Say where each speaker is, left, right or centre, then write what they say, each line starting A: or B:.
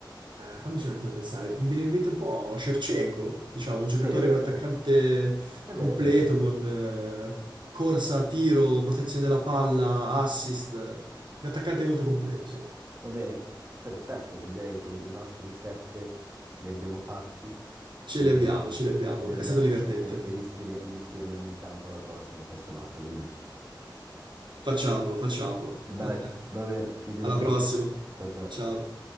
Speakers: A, on the right (about 70°); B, on the right (about 30°).
A: fammici un attimo pensare. Mi viene in mente un po' Shevchenko, diciamo, un giocatore,
B: Sì, è vero,
A: un attaccante
B: è vero, è
A: completo
B: vero, è vero, è vero.
A: con eh, corsa, tiro, protezione della palla, assist. Un attaccante molto completo, sì.
B: Va bene, perfetto, direi che i nostri sette li abbiamo fatti
A: Ce
B: e
A: li abbiamo, ce li abbiamo.
B: ce li abbiamo
A: È stato divertente.
B: e, e- e li schieria- li schieriamo in campo alla prossima, al posto nostro, che dici?
A: Facciamolo, facciamolo. <laughs>
B: Dai, va bene, ci sentiamo.
A: Alla prossima.
B: Ciao ciao.
A: Ciao.